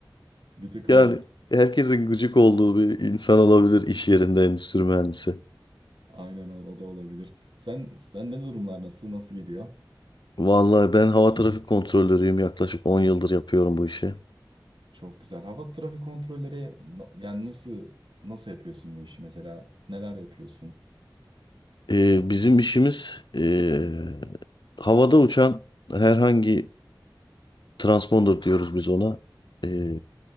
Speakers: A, on the right (about 85°); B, on the left (about 70°).
A: bir tık
B: Yani
A: öyle.
B: herkesin gıcık olduğu bir insan olabilir iş yerinde endüstri mühendisi.
A: Aynen o, o da olabilir. Sen sen ne durumlar nasıl nasıl gidiyor?
B: Vallahi ben hava trafik kontrolörüyüm. Yaklaşık 10 yıldır yapıyorum bu işi.
A: Çok güzel. Hava trafik kontrolleri na- yani nasıl nasıl yapıyorsun bu işi mesela? Neler yapıyorsun?
B: Ee, bizim işimiz ee, havada uçan herhangi transponder diyoruz biz ona. E,